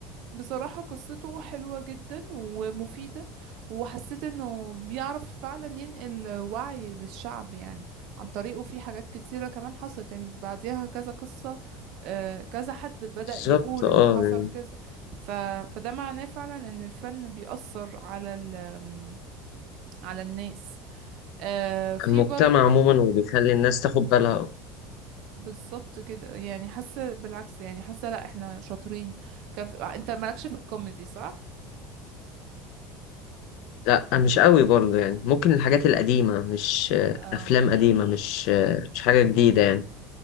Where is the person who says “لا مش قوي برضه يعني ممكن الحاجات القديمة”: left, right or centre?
Left